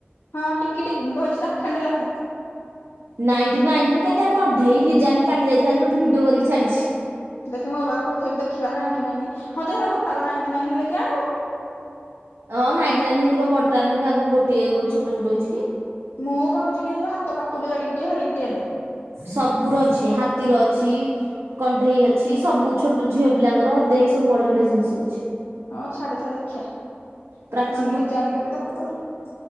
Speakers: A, on the left; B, on the right.
A: ହଁ ଟିକି-ଟିକି ମୁଁ କହିଛି ଚାଖେଣ୍ଡେ ଲେଖେ।
B: ନାଇଣ୍ଟି ନାଇନ୍ ରେ କେନ୍ତିଆ କଣ୍ଢେଇ ଲିଜାନି କାଲି ଯାଇଥିଲା ଯେ ମତେ ଭିଡିଓ କରିକି ଛାଡିଛି।
A: ଦେଖି ମୋ ପାଖକୁ ପଠେଇବୁ ଦେଖିବା ନାଇଣ୍ଟି ନାଇନ୍ ହଁ ଯେ ହେରା ଗୋଟାକ ନାଇଣ୍ଟି ନାଇନ୍ ହେଲେ କିଏ ଆଣିବ।
B: ହଁ ନାଇଣ୍ଟି ନାଇନ୍ ହେନ୍ତି କଁ ବଡ ଟା ନୁହେନି ଆଉ କଣ ଗୋଟେ ଛୋଟ ଛୋଟ ହେଇଛି କି।
A: ମୁଁ କହୁଛି କି ଏ ଯୋଉ ହାତ ପାପୁଲି ଜେଡିକି ଟିକେ ହେଡିକି ଟିଏ ନେ।
B: ସବୁ ର ଅଛି ହାତୀର ଅଛି। କଣ୍ଡେଇ ଅଛି ସବୁ ଛୋଟ ଝିଅ ପିଲାଙ୍କର ଦେଖ ସବୁ ବଢିଆ-ବଢିଆ ଜିନିଷ ଅଛି।
A: ହଁ ଛାଡିଥା ଦେଖିିବା
B: ପ୍ରାଚୀ
A: ନହେଲେ ଜାନି ଗଲେ ତାକୁ କହିଲେ।